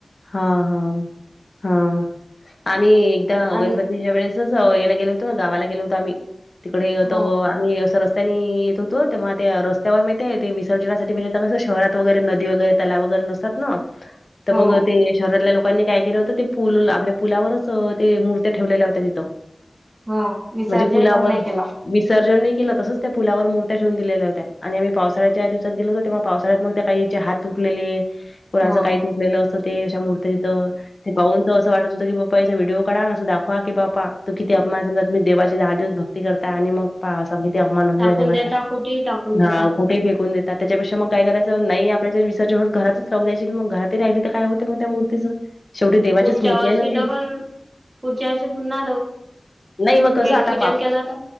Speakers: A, on the left (about 50°); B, on the right (about 30°).
A: हा हा हा आणि एकदा
B: अ
A: गणपतीच्या वेळेस याला गेलो होतो ना गावाला गेलो होतो आम्ही तिकडे
B: हो
A: आम्ही असस्त नी येत होतो तेव्हा ते रस्त्यावर माह ते विसर्जनासाठी मज कसं शहरात वगैरे नदी वगैरे तला वगैरे नस ात ना तर
B: हो
A: मग ते शहरातल्या लोकांनी काय केलं होतं ते पूल आपल्या पुलावरच ते मूर्त्या ठेवलेल्या होत्या तिथं
B: हो विसर्जन
A: म्हणजे पुलावर
B: पण नाही केलं
A: विसर्जन नाही केलं तसंच त्या पुलावर मूर््याेवून दिलेल्या होत्या आणि आम्ही पावसाळ्याच्या दिवसात गेल होतो तेव्हा पावसा्यात मग त्या काही चे हात तुटलेले कुलाच
B: ह
A: काही तुटलेलं अस ते अशा मूर्तीथ ते पाून त असं वाटत होतं की बा्पा याचा विडिओ काढा अस दाखवाी बापा त किती अपमान समज तुम् देवाची दहा दिव भक् करताय आणि मग पाव सगि ते अवमान होते
B: टाकून
A: त्यावता
B: देता कुठेही टाकून देतात
A: हा कुठे फेकून देतात त्याच्यापेक्षा मग काय करायच नाही आपल्या ज विर्ज होत घरातच राह द्यायची मग घरात राहिली तर काय होते मग त्या तिच शेवटी देवाचीच
B: पुढच्या
A: मूर्ती
B: वर्षी
A: आहे ना ती
B: डबल पुढच्या वर्ष पुन्हा
A: नाही मग कसं
B: हे
A: आता
B: पूजन
A: पाव
B: केलं तर